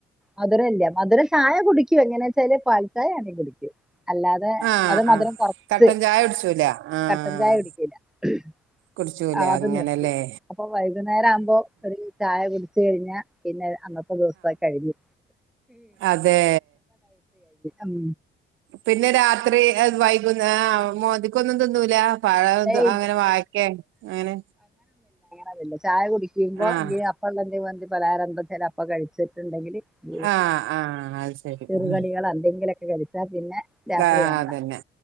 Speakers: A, in the centre; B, on the right (about 80°).
A: മധുരല്ല മധുരം ചായ കുടിക്കും എങ്ങനെച്ചാല് പാൽ ൽചായ ആണെങ്കി കുടിക്കും അല്ലാതെ
B: ആഹ്
A: അത് മധുരം
B: ആഹ്
A: കൊറച്ച്,
B: കട്ടൻ ചായ കുടിച്ചൂല ആഹ്
A: കട്ടൻ ചായ കുടിക്കൂല. ഹ്മ്..
B: കുടിച്ചൂല
A: ആ അത്
B: അങ്ങനെല്ലേ
A: നിർത്തി അപ്പൊ വൈകുന്നേരാവുമ്പോ ഒരു ചായ കുടി ച്ച്കഴിഞ്ഞ പിന്നെ അന്നത്തെ ദിവസംകഴിഞ്ഞു.
B: അതേ....
A: ഉം.
B: പിന്നെ രാത്രി വൈകുന്നേ ആഹ മോന്തിക്കൊന്നും തിന്നൂലാ. പഴോ
A: രാവിലെ
B: അങ്ങനെ വായക്കേ അങ്ങനെ
A: അതല്ല ചായ കുടിക്കുമ്പോ
B: ആഹ്
A: ന്തേലും അപ്പള്ള എന്തെ വന്തി പലഹാരം ന്തെച്ചാൽ അപ്പോ കഴിച്ചിട്ടുണ്ടെങ്കില് ന്തേ..
B: ആഹ് ആഹ് അത് ശരി
A: ചെറുകടികള
B: ഉം
A: ന്തെങ്കിലൊക്കെ കഴി പിന്നെ, രാത്രി
B: ആ
A: വേണ്ട
B: അതന്നെ